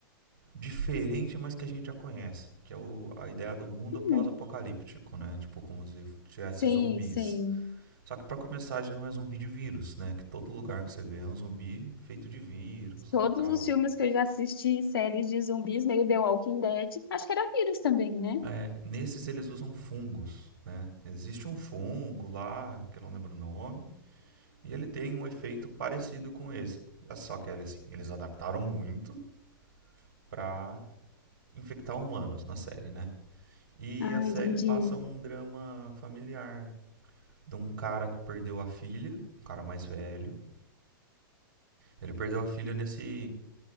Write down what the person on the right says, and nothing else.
diferente, mas que a gente já conhece. Que é o- a ideia do mundo
pós-apocalíptico, né? Tipo, como se tivesse
zumbis.
Só que para começar já não é zumbi de vírus, né? Que todo lugar que você vê é um zumbi feito de vírus
e tal.
É, nesses eles usam fungos, né? Existe um fungo lá, que eu não lembro o nome, e ele tem um efeito parecido com esse. É Só que assim, eles adaptaram muito para infectar humanos na série, né? E
a série
passa um drama familiar de um cara que perdeu a filha, um cara mais velho. Ele perdeu a filha nesse